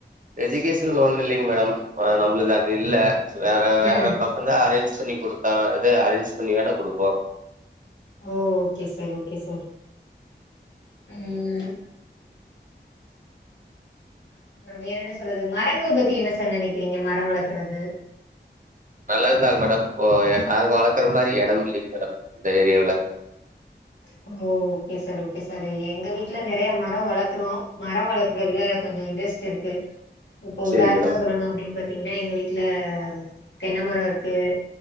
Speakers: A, on the right (about 45°); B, on the left (about 80°).
A: எஜுகேஷன் லோன் இல்லைங் மேடம் ஆ நம்புளுது அது இல்ல வேற வேற
B: ம்
A: பக்கம் தா அரேஞ்ச் பண்ணி கொடுத்தா அத அரேஞ்ச் பண்ணி வேணா குடுப்போம்
B: ஓ ஓகே சார் ஓகே சார் உம் அப்புற வேற என்ன சொல்றது மரங்கள் பத்தி என்ன சார் நினைக்கிறீங்க மர வளக்குறது
A: நல்லதுதாங்க மேடம் ஓ நாங்க வளர்க்குற மாரி இடம் இல்லைங்க மேடம் இந்த ஏரியாவுல
B: ஓ ஓகே சார் ஓகே சார் செரி எங்க வீட்டுல நெறைய மரம் வளக்குறோம் மரம் வளக்குறதுல கொஞ்ச இன்ட்ரெஸ்ட் இருக்கு க்கு இப்போ
A: சரிங்க
B: உதாரணமா
A: மேடம்
B: சொல்லணு அப்புடின்னு பத் பாத்தீங்கன்னா எங்க வீட்ல தென்னமரம் இருக்கு